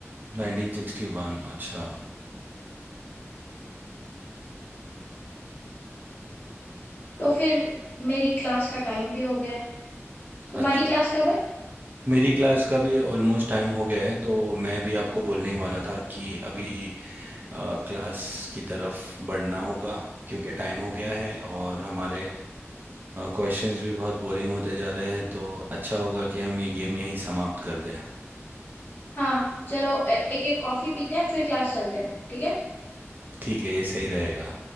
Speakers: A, on the right; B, on the left.
A: 1961 अच्छा
B: तो फिर मेरी क्लास का टाइम भी हो गया है तुम्हारी
A: अच्छा
B: क्लास कब है
A: मेरी क्लास का भी ऑलमोस्ट टाइम हो गया है तो मैं भी आपको बोलने ही वाला था कि अभी अ, क्लास की तरफ बढ़ना होगा क्योंकि टाइम हो गया है और हमारे क्वेश्चंस भी बहुत बोरिंग होते जा रहे हैं तो अच्छा होगा कि हम ये गेम यहीं समाप्त कर दें
B: हाँ चलो एक एक कॉफी पीते हैं फिर क्लास चलते हैं ठीक है
A: ठीक है ये सही रहेगा